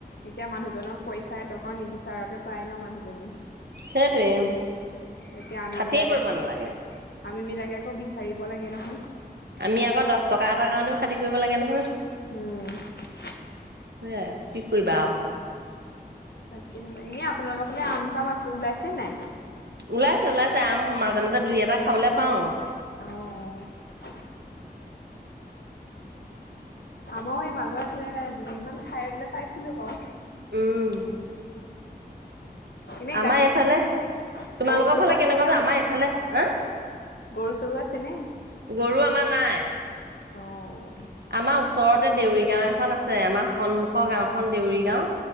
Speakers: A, on the left (about 80°); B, on the right (about 75°).
A: এতিয়া মানুহ মানুহজনক পইচা এটকাও নিবিচাৰকে পায় ন মানুহজনী
B: সেইটোৱে
A: এতিয়া আমি
B: খাটিয়ে
A: বিলাকে
B: কৰিব
A: আকৌ
B: নালাগে
A: আমি বিলাকে আকৌ বিচাৰিব লাগে নহয়
B: আমি আকৌ দহ টকা এটাৰ কাৰণেও খাতি কৰিব লাগে নহয়
A: উম
B: সেয়াই কি কৰিবা আৰু
A: তাক বোলো এনে আপোনালোকৰ ফালে আম চাম আছে ওলাইছে নাই
B: ওলাইছে ওলাইছে আম মাজে মাজে দুই এটা খাবলে পাওঁ
A: অ আমাৰ এই মাজতে দুদিনমান খাই বলে পাইছিলো বাৰু
B: উম
A: এনে
B: আমাৰ
A: গাখীৰ
B: এইফালে
A: চাখীৰ
B: তোমালোকৰ
A: গৰু চৰু
B: ফালে
A: আছে
B: কেনেকুৱা
A: নে আপোনাৰ
B: যে আমাৰ এইফালে হ
A: গৰু চৰু আছে নে?
B: গৰু আমাৰ নাই।
A: অ'।
B: আমাৰওচ ওচৰতে দেউৰী গাঁও এখন আছে আমাৰ সন্মুখৰ গাঁওখন দেউৰী গাঁও